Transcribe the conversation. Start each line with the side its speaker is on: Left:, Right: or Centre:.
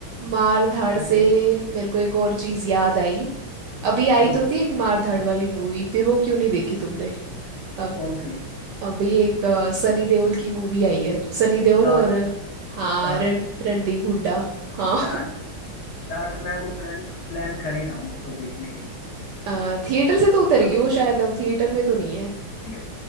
Right: मार धाड़
Left: ऐसे
Right: से
Left: तो
Right: मेरे को एक और चीज़ याद आई अभी आई
Left: हम्म
Right: तो थी एक मार धाड़ वाली मूवी फिर वो क्यों नहीं देखी तुमने अब
Left: कौन से
Right: अभी एक अ, सनी देओल की मूवी आई है सनी देओल
Left: चाट
Right: और हाँ
Left: चाट
Right: रण रणदीप हुड्डा हाँ
Left: चाट चाट मैं वो प्लान प्लान कर ही रहा हूँ उसको देखने की
Right: <laughs> थिएटर से तो उतर
Left: हाँ
Right: गई वो शायद अब थिएटर में तो नहीं है
Left: थे-